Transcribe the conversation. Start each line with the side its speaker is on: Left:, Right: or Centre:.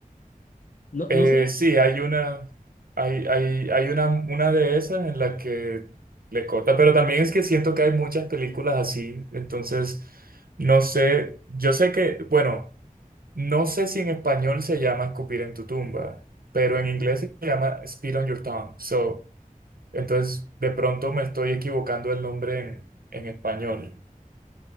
Left: No,
Right: Eh,
Left: no sé.
Right: sí, hay una, hay, hay, hay una, una de esas en la que le corta, pero también es que siento que hay muchas películas así, entonces... No sé, yo sé que, bueno, No sé si en español se llama escupir en tu tumba, pero en inglés se llama spit on your tongue. So, entonces, de pronto me estoy equivocando el nombre en, en español.